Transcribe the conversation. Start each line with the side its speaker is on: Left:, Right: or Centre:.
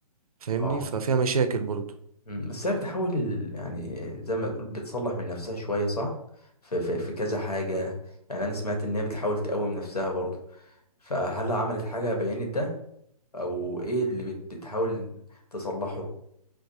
Right: فاهمني
Left: اه
Right: ففيها مشاكل برضو
Left: مم. بس هي بتحاول يعني زي ما تقول بتصلح من نفسها شوية صح في, في, في كذا حاجة يعني انا سمعت ان هي بتحاول تقوم نفسها برضه فهل عملت حاجة بينت ده او ايه اللي بت- بتحاول تصلحه